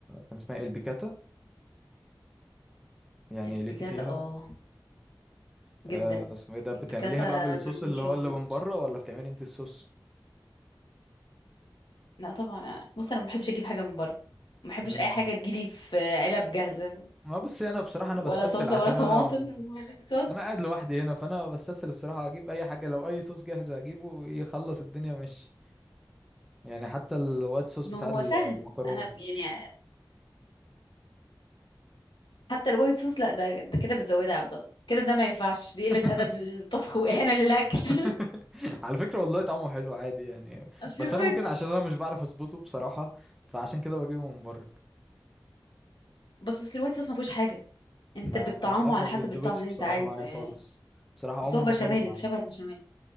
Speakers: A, in the centre; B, on the left.
A: كان اسمها إيه؟ البيكاتا يعني
B: البيكاتا
A: ليكي فيها
B: اه
A: آه،
B: جدا
A: اسمه ايه ده بتعمليها
B: البيكاتا
A: بقى بالصوص
B: بالمشروم
A: اللي هو اللي من بره ولا بتعملي انت الصوص
B: لا طبعا أنا- بص انا ما بحبش اجيب حاجه من بره ما بحبش
A: امم
B: اي حاجه تجيلي في علب جاهزه
A: ما بصي انا بصراحه انا
B: ولا
A: بستسهل
B: صلصه
A: عشان
B: ولا طماطم
A: انا
B: ولا صوص
A: انا قاعد لوحدي هنا فانا بستسهل الصراحه اجيب اي حاجه لو اي صوص جاهز اجيبه يخلص الدنيا ماشي يعني حتى الوايت صوص
B: ما
A: بتاع
B: هو
A: المكرونه
B: سهل انا ب- يعني حتى الوايت صوص لا ده ده كده بتزودها يا عبد الله كده ده ما ينفعش دي قله
A: <laughs>
B: ادب للطبخ واهانه للاكل
A: <laughs>
B: <laughs>
A: على فكرة والله طعمه حلو عادي يعني
B: اصل
A: بس
B: الوايت
A: انا ممكن
B: صوص
A: عشان انا مش بعرف اظبطه بصراحة فعشان كده بجيبه من بره
B: بس اصل الوايت صوص ما فيهوش حاجه انت
A: ما
B: بتطعمه
A: مش عارف
B: على
A: ما بيتظبطش
B: حسب الطعم اللي
A: بصراحة
B: انت عايزه
A: معايا
B: يعني
A: خالص بصراحة
B: بس
A: عمره
B: هو بشاميل
A: ما اتظبط معايا
B: شبه البشاميل